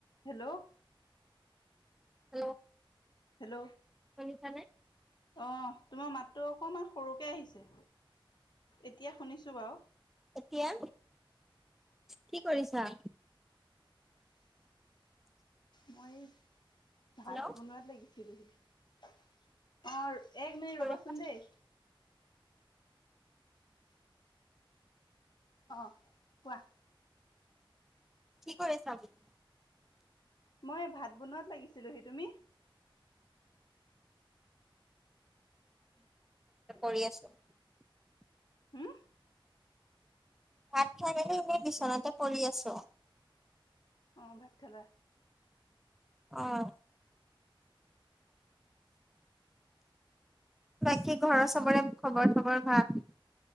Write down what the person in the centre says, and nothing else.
hello,
শুনিছানে।
এতিয়া কি কৰিছা।
হেল্ল'
কৰিছা?
কি কৰিছ আমি।
কৰি আছো।
ভাত খাই খালী এনে বিচনাতে পৰি আছো।
অ', বাকী ঘৰৰ চবৰে খবৰ চবৰ ভাল?